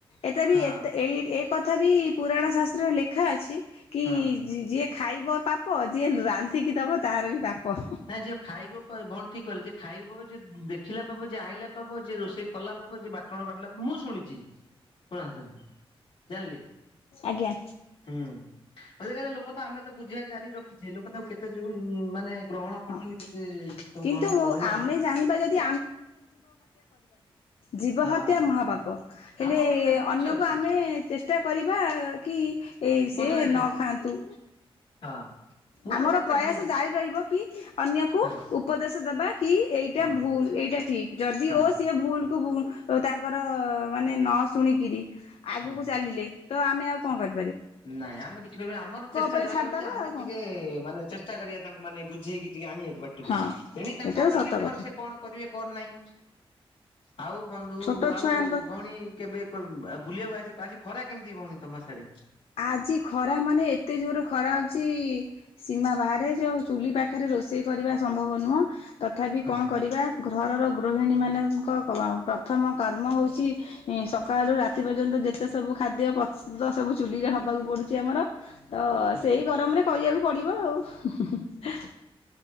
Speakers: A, on the left; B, on the left.
A: ଏତେ ବି
B: ହଁ
A: ଏତେ ଏଇ ଏ କଥା ବି ପୁରାଣ ଶାସ୍ତ୍ରରେ ଲେଖା ଅଛି କି
B: ହଁ।
A: ଯି-ଯିଏ ଖାଇବ ପାପ ଯିଏ ରାନ୍ଧିକି ଦବ ତାର ବି ପାପ।
B: ନାଇଁ ଯିଏ ଖାଇବ କଣ ଠିକ୍ କହିଲେ ଯିଏ ଖାଇବ ଯିଏ ଦେଖିଲା ପାପ ଯିଏ ଆଇଲା ପାପ ଯେ ରୋଷେଇ କଲା ପାପ ଯେ ବାଟଣ ବାଟିଲା ମୁଁ ଶୁଣିଛି <unintelligible> ଜାଣିଲେ।
A: ଆଜ୍ଞା
B: ଉଁ ଆଜିକାଲି ଲୋକ ତ ଆମେ ତ ବୁଝିବା- ଜାରି ରଖିଛେ ଲୋକ ତାକୁ କେତେ ଯୋଉ ଉମ ମାନେ ଗ୍ରହଣ
A: ହଁ
B: କରୁଛନ୍ତି କେତେ ଲୋକ ତ ଗ୍ରହଣ
A: କିନ୍ତୁ
B: କରୁନାହାନ୍ତି।
A: ଆମେ ଚାହିଁବା ଯଦି ଜୀବହତ୍ୟା
B: ହଁ
A: ମହାପାପ ହେଲେ
B: ଆମ ଉପରେ ସବୁ କିଛି
A: ଅନ୍ୟକୁ
B: ଅଛି
A: ଆମେ ଚେଷ୍ଟା କରିବା କି- ଏଇ
B: ବଦଳେଇବା
A: ସିଏ ନ
B: ପାଇଁ
A: ଖାଆନ୍ତୁ।
B: ହଁ ମୁଁ
A: ଆମର
B: ତ ଏଇଟା
A: ପ୍ରୟାସ
B: ଚାହେଁ
A: ଜାରି ରହିବ କି ଅନ୍ୟକୁ
B: ହଁ
A: ଉପଦେଶ ଦବା କି ଏଇଟା
B: ହଁ
A: ଭୁଲ ଏଇ- ସେଇଟା ଠିକ୍ ଯଦି
B: ହଁ
A: ଓ ସିଏ ଭୁଲ କୁ- ଓ ତାଙ୍କର ମାନେ ନ ଶୁଣିକିରି ଆଗକୁ
B: ହଁ।
A: ଚାଲିଲେ ତ ଆମେ ଆଉ କଣ କର
B: ନାଇଁ ଆମେ କିଛି ଉମ ଆମର ଚେଷ୍ଟା
A: ଉପରେ
B: ଜାରିରହିବ
A: ଛାଡିଦବା
B: ଯେ ଆମେ
A: ଆଉ କଣ
B: ଟିକେ ମାନେ ଚେଷ୍ଟା କରିବା ତାଙ୍କୁ ମାନେ ବୁଝେଇକି ଟିକେ ଆଣିବାକୁ ବାଟକୁ।
A: ହଁ
B: ଦେଇ ତାଙ୍କ
A: ଏଇଟା
B: ଉପରେ
A: ତ ସତ
B: ନିର୍ଭର
A: କଥା
B: ସେ କଣ କରିବେ। କଣ ନାହିଁ ଆଉ ବନ୍ଧୁ
A: ଛୋଟ
B: ଆଊ
A: ଛୁଆଙ୍କ
B: ଭଉଣୀ କେବେ। ବୁଲିବାକୁ ଆଜି ଆଜି ଖରା କେମିତି ଭଉଣୀ ତମ ସେଆଡେ?
A: ଆଜି ଖରା ମାନେ ଏତେ ଜୋର ଖରା ହଉଛି ସୀମା ବାହାରେ ଯୋଉ ଚୁଲି ପାଖରେ ରୋଷେ- ରୋଷେଇ କରିବା ସମ୍ଭବ ନୁହଁ ତଥାପି କଣ
B: ହଁ।
A: କରିବା। ଘରର ଗୃହିଣୀମାନଙ୍କ ପ୍ରଥମ କାମ ହେଉଛି ସକାଳରୁ ରାତି ପର୍ଯ୍ୟନ୍ତ- ଯେତେ ସବୁ ଖାଦ୍ୟ ପ୍ରସ୍ତୁତ ସବୁ ଚୁଲିରେ ହବାକୁ ପଡୁଛି ଆମର। ତ
B: ହଁ।
A: ସେଇ ଗରମରେ କରିବାକୁ ପଡିବ ଆଉ ହୁଁ ହୁଁ ହା।